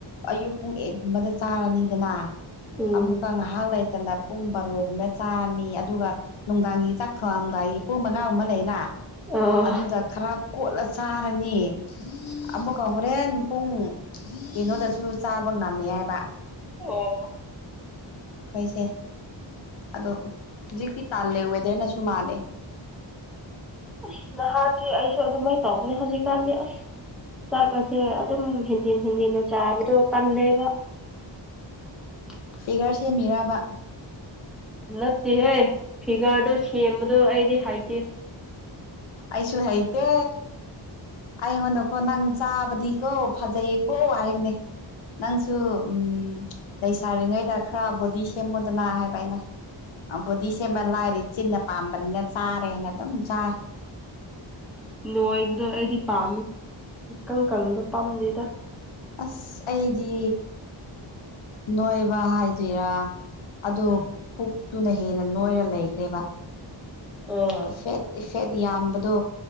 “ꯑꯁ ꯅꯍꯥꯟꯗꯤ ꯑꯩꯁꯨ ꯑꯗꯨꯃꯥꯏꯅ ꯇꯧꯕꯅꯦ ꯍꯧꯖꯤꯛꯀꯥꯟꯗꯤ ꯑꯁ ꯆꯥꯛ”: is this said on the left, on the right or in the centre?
Centre